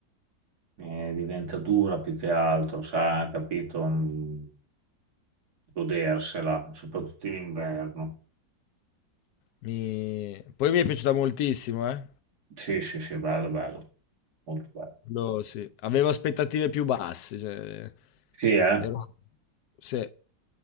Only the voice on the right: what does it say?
eh, diventa dura più che altro, sai, capito? Mm, Godersela, soprattutto in inverno.
Sì, sì, sì, bello, bello, molto bello.
Sì, eh?